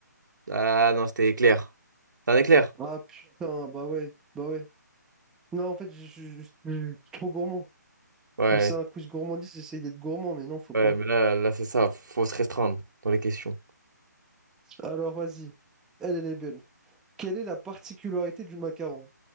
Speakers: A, on the right; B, in the centre.
A: Ah non, c'était éclair. C'est un éclair?
B: Ah putain, bah ouais, bah ouais. Non, en fait, je je- je- je suis trop gourmand.
A: Ouais,
B: Mais c'est un quiz gourmandise, j'essaye d'être gourmand, mais non, faut
A: ouais,
B: pas.
A: mais là, là c'est ça, faut se restreindre dans les questions.
B: Alors, vas-y. Elle, elle est belle. Quelle est la particularité du macaron?